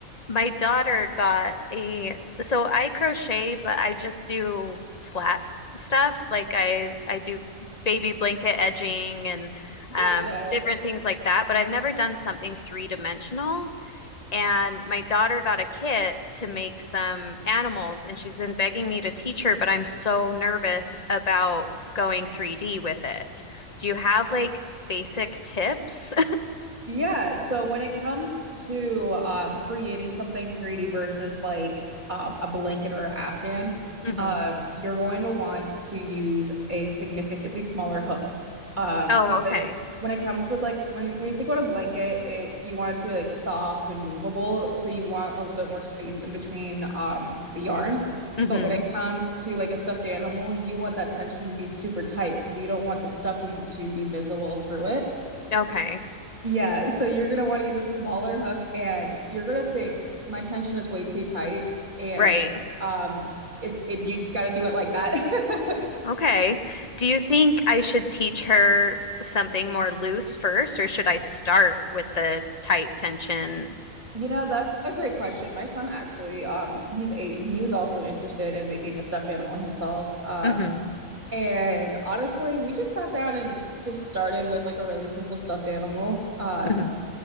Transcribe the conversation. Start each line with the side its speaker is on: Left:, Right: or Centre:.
Left: my daughter got a, so I crochet, but I just do flat stuff. Like I, I do baby blanket edging and um,
Right: gotcha.
Left: different things like that, but I've never done something three dimensional. And my daughter got a kit to make some animals, and she's been begging me to teach her, but I'm so nervous about going 3D with it. Do you have like basic tips?
Right: Yeah, so when it comes to um, creating something 3D versus like um, a blanket or afghan,
Left: <laughs> hmm
Right: um, you're going to want to use a significantly smaller hook um,
Left: Oh,
Right: because
Left: okay.
Right: when it comes with like when you, when you think about a blanket, it, you want it to be like soft and movable, so you want a little bit more space in between um, the yarn.
Left: hmm
Right: But when it comes to like a stuffed animal, you want that tension to be super tight because you don't want the stuffing to be visible through it.
Left: Okay.
Right: Yeah, so you're gonna want to use a smaller hook and you're gonna think my tension is way too tight and
Left: Right.
Right: um it's it you just gotta do it like that. <laughs>
Left: Okay. Do you think I should teach her something more loose first, or should I start with the tight tension?
Right: You know, that's a great question. My son actually, um, he's eight and he was also interested in making a stuffed animal himself. Um,
Left: hmm
Right: and honestly, we just sat down and just started with like a really simple stuffed animal. Um,
Left: hmm